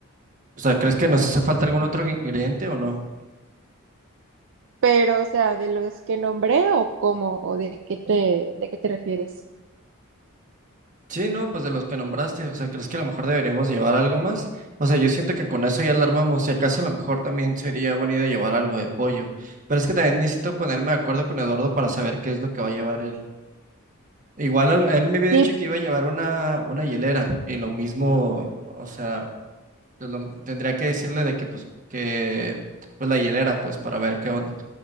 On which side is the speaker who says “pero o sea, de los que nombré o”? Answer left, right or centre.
Right